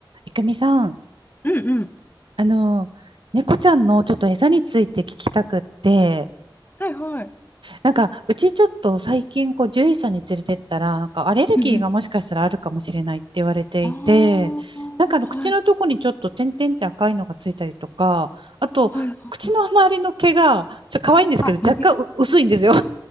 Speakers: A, on the right; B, on the left.
A: いくみさん、
B: うんうん。
A: あの、猫ちゃんのちょっと餌について聞きたくって、
B: はいはい。
A: なんか、うちちょっと最近、こう、獣医さんに連れてったら、なんか、アレルギーがもしかしたらあるかもしれないって言われていて、
B: うんうん。ああ、
A: なんか、あの、
B: はい、
A: 口のとこにちょっと点々って赤いのがついたりとか、あと、
B: はい、はい。
A: 口の周りの毛が、そう、可愛いんですけど、
B: あ、似てる
A: 若干う薄いんですよ。